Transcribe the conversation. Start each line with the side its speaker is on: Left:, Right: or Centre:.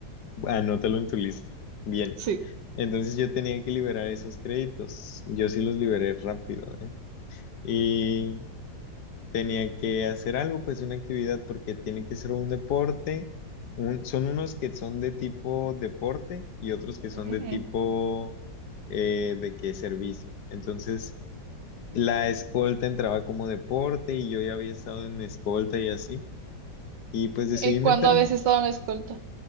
Left: Anótalo en tu lista. Bien.
Right: Sí.
Left: Entonces yo tenía que liberar esos créditos. Yo sí los liberé rápido, ¿eh? Y tenía que hacer algo, pues una actividad, porque tiene que ser un deporte. Un- son unos que son de tipo deporte y otros que son
Right: Ujú.
Left: de tipo eh, de que servicio. Entonces la escolta entraba como deporte y yo ya había estado en escolta y así. Y pues decidí
Right: ¿Y cuándo
Left: meterme.
Right: habías estado en la escolta?